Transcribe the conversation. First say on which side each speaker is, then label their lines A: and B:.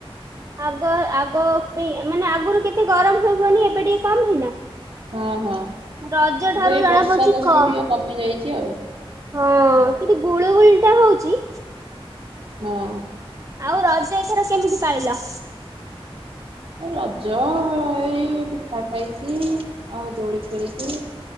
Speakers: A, on the right; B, on the right.
A: ଆଗ ଆଗ ପାଇଁ ମାନେ ଆଗରୁ କେତେ ଗରମ ହେଇବନି, ଏବେ ଟିକେ କମ ହେଇନା।
B: ହଁ ହଁ
A: ରଜ ଠାରୁ
B: ଏବେ
A: ଜଣା
B: ବର୍ଷା
A: ପଡୁଛି
B: ଦୋଷରୁ
A: କମ
B: ଟିକେ କମି ଯାଇଛି ଆଉ।
A: ହଁ କିନ୍ତୁ ଗୁଳ ଗୁଳିଟା ହଉଛି
B: ହଁ ଅଁ।
A: ଆଉ ରଜ ଏଥର କେମିତି ପାଳିଲ?
B: ଏ ରଜ ଏଇ ପିଠା ଖାଇଚୁ ଆଉ ଦୋଳି ଖେଳିଚୁ।